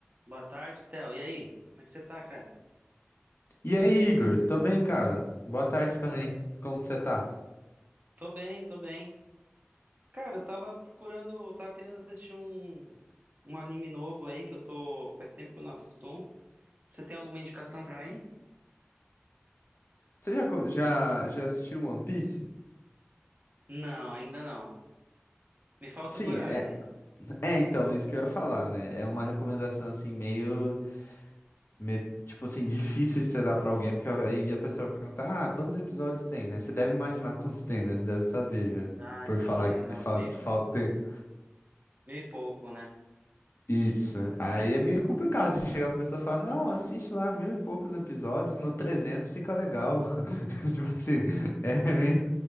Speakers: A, on the right; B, on the left.
A: Boa tarde, Theo. E aí? Como é que você tá, cara?
B: E aí, Igor? Tô bem, cara. Boa tarde também. Como você tá?
A: Tô bem, tô bem. Cara, eu tava procurando, eu tava querendo assistir um, um anime novo aí que eu tô. Faz tempo que eu não assisto um. Você tem alguma indicação pra mim?
B: Você já, co- já, já assistiu One Piece?
A: Não, ainda não. Me falta
B: Sim,
A: coragem.
B: é, é então, isso que eu ia falar, né? É uma recomendação assim, meio, me- tipo assim, difícil de você dar pra alguém, porque aí a pessoa vai perguntar, ah, quantos episódios tem, né? Você deve imaginar <laughs> quantos tem, né? Você deve saber já,
A: Ah,
B: por
A: imagina,
B: falar que falta,
A: uns mil,
B: falta.
A: pouco, né?
B: Isso. Aí é meio complicado. Você chega pra pessoa e fala, não, assiste lá mil e poucos episódios, no 300 fica legal. <laughs> Tipo assim, é meio,